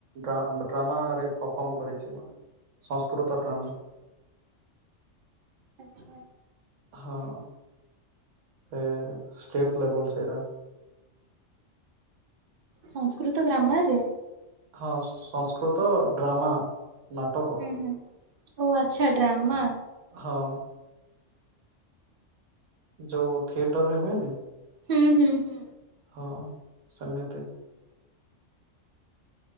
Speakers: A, on the right (about 80°); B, on the right (about 60°).
A: ଡ୍ରାମାରେ ପରଫର୍ମ କରିଛି ମାନେ ସଂସ୍କୃତ ଡ୍ରାମା।
B: ଆଚ୍ଛା ଆଚ୍ଛା।
A: ହଁ। ସେ ଷ୍ଟେଟ୍ ଲେବଲ ସେଇଟା।
B: ସଂସ୍କୃତ ଗ୍ରାମର ରେ?
A: ହଁ ସଂସ୍କୃତ ଡ୍ରାମା। ନାଟକ
B: ହୁଁ ହୁଁ ଓ ଆଚ୍ଛା ଡ୍ରାମା।
A: ହଁ। ଯୋଉ ଥିଏଟର ରେ ହୁଏନି?
B: ହୁଁ ହୁଁ ହୁଁ।
A: ହଁ ସେମିତି।